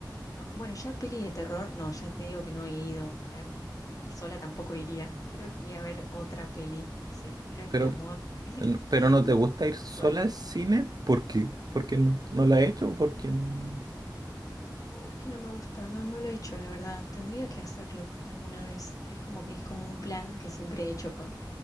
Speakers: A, on the left; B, on the right.
A: No, bueno, ya peli de terror, no, ya te digo que no he ido a ver, y sola tampoco iría. Creo que iría a ver otra peli, no sé, creo
B: Pero,
A: que de amor, <laughs>
B: pero no te gusta ir sola
A: sola.
B: al cine,
A: No
B: ¿por qué? ¿Por qué no? ¿No la he hecho? ¿Por qué? no?
A: es que no me gusta, no, no lo he hecho, la verdad. Tendría que hacerlo alguna vez. Es como que es como un plan que siempre he hecho con,